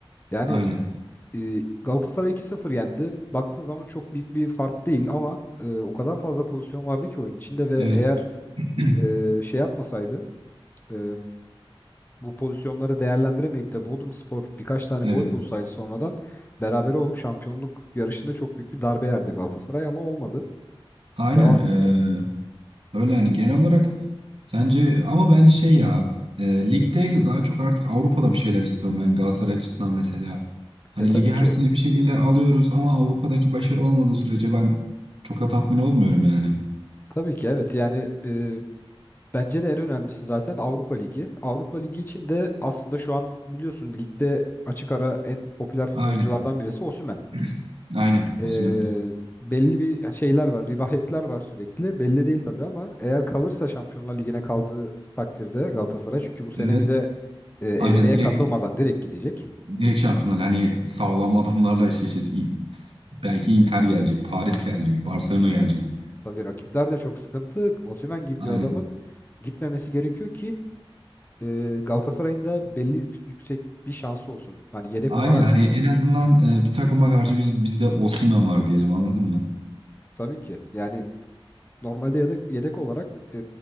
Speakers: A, on the left; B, on the right.
A: Yani
B: Aynen.
A: e, Galatasaray iki sıfır yendi. Baktığın zaman çok büyük bir fark değil ama e, o kadar fazla pozisyon vardı ki oyun içinde ve
B: Evet.
A: eğer
B: <clears throat>
A: e, şey yapmasaydı, e, bu pozisyonları değerlendiremeyip de Bodrumspor birkaç tane gol
B: Evet.
A: bulsaydı sonradan berabere olup şampiyonluk yarışında çok büyük bir darbe yerdi Galatasaray ama olmadı.
B: Aynen
A: Devam
B: eee,
A: etti.
B: öyle yani genel olarak sence ama bence şey ya eee lig değil de daha çok artık Avrupa'da bir şeyler istiyorum ben Galatasaray açısından mesela. Hani
A: Ya tabii
B: ligi her
A: ki.
B: sene bir şekilde alıyoruz ama Avrupa'daki başarı olmadığı sürece ben çok da tatmin olmuyorum yani.
A: Tabii ki evet yani e, bence de en önemlisi zaten Avrupa Ligi. Avrupa Ligi için de aslında şu an biliyorsun ligde açık ara en popüler futbolculardan
B: Aynen.
A: birisi Osimhen.
B: <clears throat> Aynen
A: E,
B: Osimhen.
A: belli bir şeyler var, rivayetler var sürekli. Belli değil tabii ama eğer kalırsa Şampiyonlar Ligi'ne kaldığı takdirde Galatasaray çünkü bu sene
B: Evet.
A: bir de e, elemeye
B: Aynen direkt
A: katılmadan direkt gidecek.
B: direkt şampiyonlar hani sağlam adamlarla eşleşeceğiz. İyi- Belki Inter gelecek, Paris gelecek, Barcelona gelecek.
A: Tabii rakipler de çok sıkıntı. Osimhen gibi
B: Aynen.
A: bir adamın gitmemesi gerekiyor ki e, Galatasaray'ın da belli yük- yüksek bir şansı olsun. Hani yedek
B: Aynen
A: olarak
B: hani en azından e, bir takıma karşı biz bizde Osimhen var diyelim anladın mı?
A: tabii ki. Yani normalde yedek, yedek olarak e,